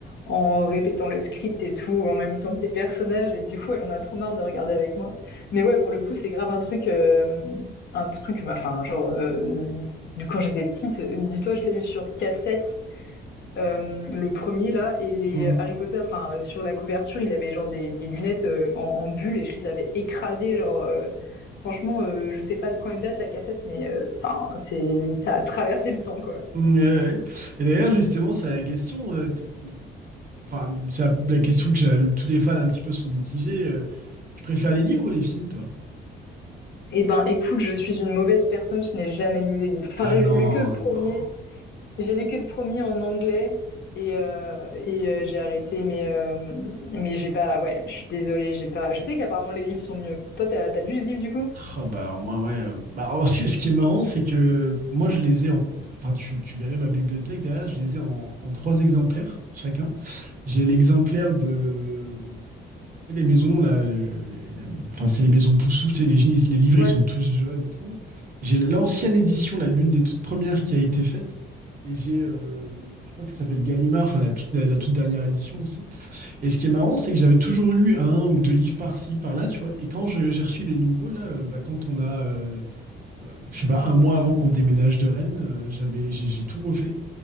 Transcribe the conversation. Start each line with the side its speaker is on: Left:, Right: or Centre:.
Left: en répétant le script et tout, en même temps que les personnages. Et du coup, elle en a trop marre de regarder avec moi. Mais ouais, pour le coup, c'est grave un truc, euh, un truc, bah, enfin, bah, genre, euh, du- quand j'étais petite, euh, dis-toi, je l'ai eu sur cassette. euh, le premier là et les
Right: Mm. Ouais. Mm.
Left: Harry Potter enfin euh, sur la couverture il avait genre des, des lunettes euh, en, en bulle et je les avais écrasées genre euh, franchement euh, je sais pas de quand elle date la cassette mais euh, enfin euh, c'est ça a traversé le temps quoi
Right: Mm, ouais, ouais. Et d'ailleurs, justement, c'est la question. euh, t- Enfin, c'est la la question que j'ai- tous les fans un petit peu sont mitigés. euh, Tu préfères les livres ou les films, toi?
Left: Eh ben, écoute, je suis une mauvaise personne, je n'ai jamais lu les livres. Enfin,
Right: Ah
Left: j'ai
Right: non,
Left: lu que le premier.
Right: non.
Left: J'ai lu que le premier en anglais et, euh, et euh, j'ai arrêté, mais, euh, mais j'ai pas. Ouais, je suis désolée, j'ai pas. Je sais qu'apparemment les livres sont mieux. Toi, t'as as lu les livres du coup?
Right: Oh, bah, alors, moi, ouais. euh, Bah, alors, <laughs> ce ce qui est marrant, c'est que moi, je les ai en. Enfin, tu, tu verrais ma bibliothèque derrière, je les ai en, en trois exemplaires chacun. J'ai l'exemplaire de Et les maisons, là, euh, les- les- enfin, c'est les maisons poussouf, tu sais, les, gis- les livres,
Left: Ouais,
Right: ils sont tous jeunes et tout. J'ai l'ancienne édition, là, l'une des toutes premières qui a été faite. Et j'ai, euh, je crois que ça s'appelle Gallimard, enfin, la toute, la toute dernière édition aussi. Et ce qui est marrant, c'est que j'avais toujours lu un ou deux livres par-ci, par-là, tu vois. Et quand je- j'ai reçu les nouveaux, là, euh, bah, quand on a, euh, je sais pas, un mois avant qu'on déménage de Rennes, euh, j'avais, j'ai j'ai tout refait.